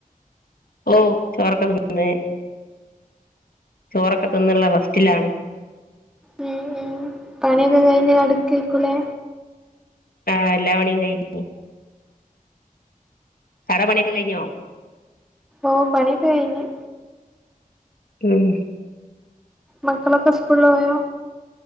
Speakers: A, on the left; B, in the centre.
A: ഓഹ് ചോറക്കതിന്നെ ചോറൊക്കെ തിന്നുള്ള റസ്റ്റിലാണ്
B: ഉം ഉം പണിയൊക്കെ കഴിഞ്ഞ അടുക്കിവെക്കുലേ
A: ആഹ് എല്ലാപണിയും കഴിഞ്ഞ് <unintelligible> പണിയൊക്കെ കഴിഞ്ഞോ
B: ഓഹ് പണികഴിഞ്ഞ്
A: ഉം
B: മക്കളൊക്കെ സ്കൂളില് പോയോ